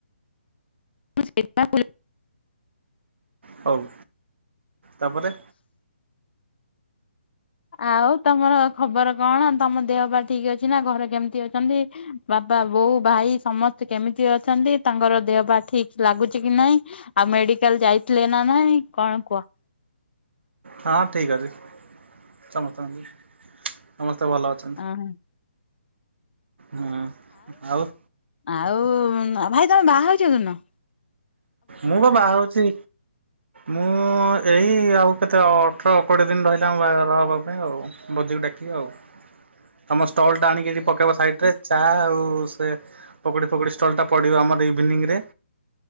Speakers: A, on the left (about 60°); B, on the right (about 70°).
A: <unintelligible>
B: ହଉ ତାପରେ?
A: ଆଉ ତମର ଖବର କଣ ତମ ଦେହ ପା ଠିକ୍ ଅଛି ନା ଘରେ କେମିତି ଅଛନ୍ତି? ବାପା, ବୋଉ, ଭାଇ ସମସ୍ତେ କେମିତି ଅଛନ୍ତି ତାଙ୍କର ଦେହ ପା ଠିକ୍ ଲାଗୁଚି କି ନାଇଁ। ଆଉ ମେଡିକାଲ୍ ଯାଇଥିଲେ ନା ନାହିଁ କଣ କୁଅ।
B: ହଁ ଠିକ୍ ଅଛି ସମସ୍ତଙ୍କ ଦେହ ସମସ୍ତେ ଭଲ ଅଛନ୍ତି।
A: ହୁଁ।
B: ହୁଁ ଆଉ?
A: ଆଉ ଭାଇ ତମେ ବାହାହଉଛ କଉ ଦିନ?
B: ମୁଁ ବା ବାହାହଉଛି। ମୁଁ ଏଇ ଆଉ କେତେ ଅଠର କୋଡ଼ିଏ ଦିନ୍ ରହିଲା ମୋ ବାହାଘର ହେବା ପାଇଁ ଆଉ। ଭୋଜିକୁ ଡ଼ାକିବି ଆଉ।
A: ହ <unintelligible>
B: ତମ ଷ୍ଟଲ୍ ଟା ଆଣିକି ଏଇଠି ପକେଇବ ସାଇଟ୍ ରେ। ଚା ଆଉ ସେ ପକୁଡ଼ି ଫକୁଡ଼ି ଷ୍ଟଲ୍ ଟା ପଡ଼ିବ ଆମର ଇଭିନିଂରେ।